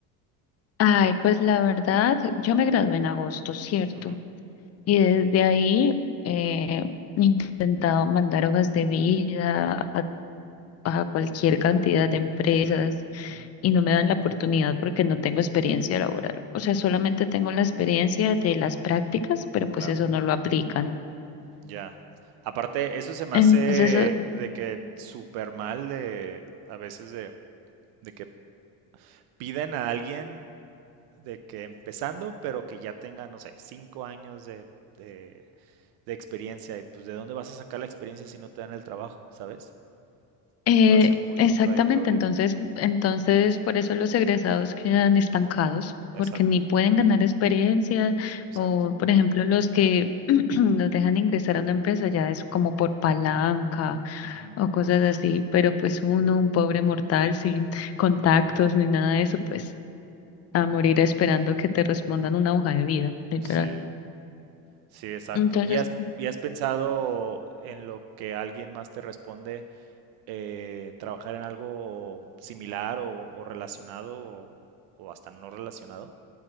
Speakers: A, on the left; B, on the right.
A: Ay, pues la verdad, yo me gradué en agosto, ¿cierto?
B: Ujú,
A: Y desde ahí eh, he intentado mandar hojas de vida, a cualquier cantidad de empresas
B: ujú.
A: y no me dan la oportunidad porque no tengo experiencia laboral. O sea,
B: Mm,
A: solamente tengo la experiencia de las prácticas, pero pues
B: claro,
A: eso no lo aplican.
B: ya. Aparte, eso se me
A: Entonces,
B: hace
A: eh,
B: de que súper mal de a veces de, de que piden a alguien de que empezando, pero que ya tenga, no sé, cinco años de, de de experiencia y pues de dónde vas a sacar la experiencia si no te dan el trabajo, ¿sabes?
A: eh,
B: Se me hace muy
A: exactamente,
B: contradictorio.
A: entonces, entonces por eso los egresados quedan estancados. porque
B: Exacto,
A: ni pueden ganar experiencia
B: exacto.
A: o, por ejemplo, los que <clears throat> los dejan ingresar a una empresa ya es como por palanca
B: Ujú.
A: o cosas así, pero pues uno, un pobre mortal sin contactos ni nada de eso, pues a morir esperando que te respondan una hoja de vida, literal.
B: Sí, sí, exacto.
A: Entonces,
B: ¿Y has, y has pensado en lo que alguien más te responde, eh, trabajar en algo similar o, o relacionado o, o hasta no relacionado